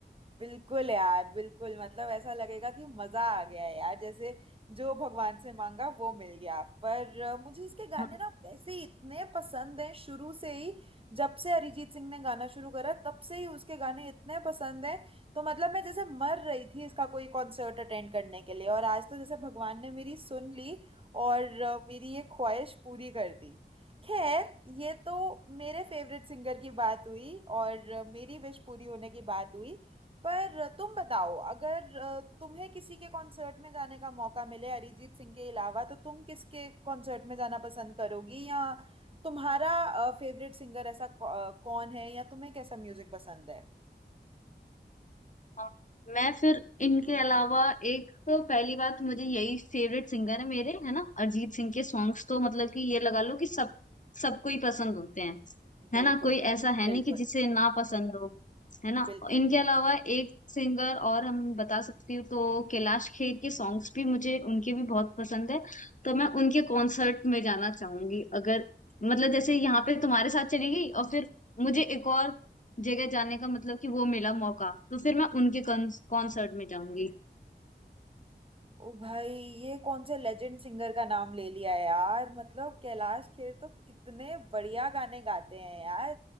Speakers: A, on the right; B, on the left.
A: बिल्कुल यार बिल्कुल मतलब ऐसा लगेगा कि मजा आ गया है यार जैसे जो भगवान से मांगा वो मिल गया पर अ, मुझे इसके गाने
B: <laughs>
A: ना वैसे ही इतने पसंद हैं शुरू से ही जब से अरिजीत सिंह ने गाना शुरू करा तब से ही उसके गाने इतने पसंद हैं तो मतलब मैं जैसे मर रही थी इसका कोई कॉन्सर्ट अटेंड करने के लिए और आज तो जैसे भगवान ने मेरी सुन ली और अ, मेरी ये ख्वाहिश पूरी कर दी खैर ये तो मेरे फेवरेट सिंगर की बात हुई और अ, मेरी विश पूरी होने की बात हुई पर तुम बताओ अगर अ, तुम्हें किसी के कॉन्सर्ट में जाने का मौका मिले अरिजीत सिंह के अलावा तो तुम किसके कॉन्सर्ट में जाना पसंद करोगी या तुम्हारा फेवरेट सिंगर ऐसा कौ- अ, कौन है या तुम्हें कैसा म्यूजिक पसंद है
B: हाँ। मैं फिर इनके अलावा एक तो पहली बात मुझे यही फेवरेट सिंगर है मेरे है ना अरिजीत सिंह के सॉन्ग्स तो मतलब कि ये लगा लो कि सब सबको ही पसंद होते हैं है
A: बिल्कुल
B: ना कोई
A: यार
B: ऐसा है
A: बिल्कुल
B: नहीं कि जिसे ना पसंद हो है ना
A: बिल्कुल
B: इनके अलावा एक सिंगर और हम बता सकती हूँ तो कैलाश खेर के सॉन्ग्स भी मुझे उनके भी बहुत पसंद है तो मैं उनके कॉन्सर्ट में जाना चाहूंगी अगर मतलब जैसे यहाँ पे तुम्हारे साथ चली गई और फिर मुझे एक और जगह जाने का मतलब कि वो मिला मौका तो फिर मैं उनके कॉन्सर्ट में जाऊंगी
A: ओ भाई ये कौन से लेजेंड सिंगर का नाम ले लिया यार मतलब कैलाश खेर तो कितने बढ़िया गाने गाते हैं यार